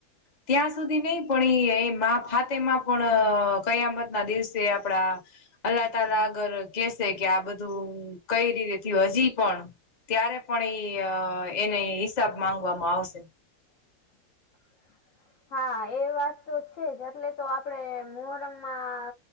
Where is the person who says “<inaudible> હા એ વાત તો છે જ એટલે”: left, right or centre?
Left